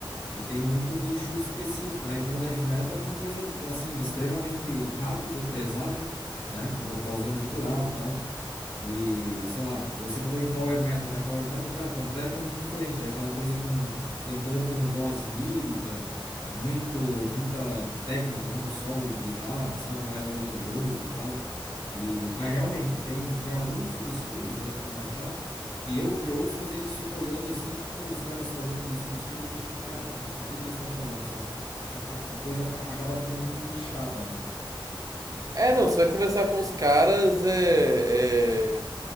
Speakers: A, on the left; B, on the right.
A: E tem muito nicho específico, né? Então, death metal é uma coisa assim extremamente rápida, pesada, né, com vocalzão gutural, tal. E, sei lá, você falou em Power Metal, né? Power Metal, cara, é completamente diferente, já é aquela coisa com cantor com voz lírica, muito, muita técnica, muito solo de guitarra, sabe? Mais melodioso e tal. E, mas realmente, tem, tem alguns subestilos dentro do metal que eu que ouço, às vezes fico olhando assim, tipo, os caras falando do subestilo, eu fico, cara, do, do que que eles estão falando, sabe? Fica, a, a coisa aca- acaba ficando muito nichada, né?
B: É, não, você vai conversar com os caras, é, é,